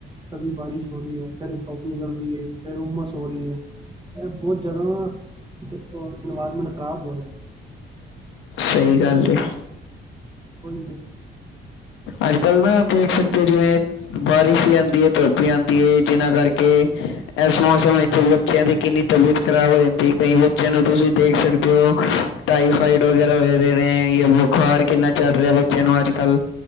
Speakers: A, on the right; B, on the left.
A: ਕਦੀ ਬਾਰਿਸ਼ ਹੋ ਰਹੀ ਆ, ਕਦੇ ਧੁੱਪ ਨਿਕਲ ਰੀਏ, ਫੇਰ ਹੁੰਮਸ ਹੋ ਰਹੀ ਆ ਏ ਬੋਤ ਜਿਆਦਾ ਨਾ ਦੇਖੋ ਇਨਵਾਇਰਮੈਂਟ ਖ਼ਰਾਬ ਹੋ ਰੇਆ
B: ਸਈ ਗੱਲ ਕਹੀ
A: ਓਹੀ ਤੇ
B: ਅੱਜ-ਕੱਲ ਨਾ ਦੇਖ ਸਕਦੇ ਹੋ ਜਿਵੇਂ ਬਾਰਿਸ਼ ਵੀ ਆਂਦੀ ਆ ਧੁੱਪ ਵੀ ਆਂਦੀ ਏ ਜਿਨਾ ਕਰਕੇ ਇਸ ਮੌਸਮ ਵਿੱਚ ਬੱਚਿਆਂ ਦੀ ਕਿੰਨੀ ਤਬੀਅਤ ਖ਼ਰਾਬ ਹੋ ਜਾਂਦੀ ਕਈ ਬੱਚਿਆਂ ਨੂੰ ਤੁਸੀਂ ਦੇਖ ਸਕਦੇ ਓ ਟਾਈਫਾਈਡ ਵਗੈਰਾ ਹੋ ਰਹੇ ਨੇ ਜਾਂ ਬੁਖਾਰ ਕਿੰਨਾ ਚੱਲ ਰਿਹਾ ਬੱਚੇਆਂ ਨੂੰ ਅੱਜ-ਕੱਲ